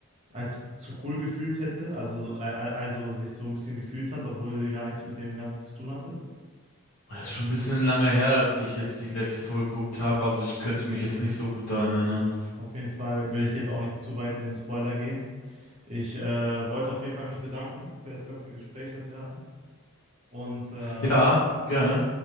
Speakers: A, on the right; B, on the left.
A: als zu cool gefühlt hätte, also, a- a- also sich so ein bisschen gefühlt hat, obwohl sie gar nichts mit dem Ganzen zu tun hatte.
B: Oh, Das ist schon ein bisschen lange her, als ich jetzt die letzte Folge geguckt habe. Also ich könnte mich jetzt nicht so gut daran erinnern.
A: Auf jeden Fall will ich jetzt auch nicht zu weit in den Spoiler gehen. Ich äh, wollte auf jeden Fall mich bedanken für das ganze Gespräch, was wir hatten. Und äh,
B: Ja, gerne.